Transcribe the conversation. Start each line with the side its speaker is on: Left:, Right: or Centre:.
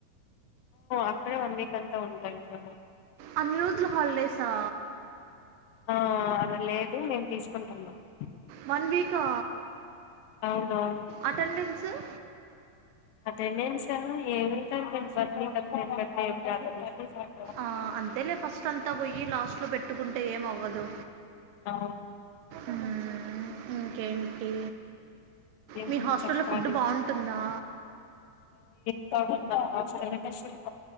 Left: అక్కడే వన్ వీక్ -వెళతాను
Right: అన్ని రోజులు హాల్డేసా
Left: ఆ అలా లేదు <unintelligible>
Right: వన్ వీకా
Left: అవునవును
Right: అటెండెన్స్ <unintelligible>
Left: అటెండెన్స్ ఏమో ఏమి <unintelligible>
Right: ఆ అంతేలే ఫస్ట్ అంతా బోయ్యి లా లాస్టులో బెట్టుకుంటే ఏం అవ్వదు
Left: ఆ
Right: ఊ ఇంకేంటి
Left: ఏం
Right: మీ హాస్టల్లో
Left: చెప్పాలి
Right: ఫుడ్ బావుంటుందా
Left: <inaudible>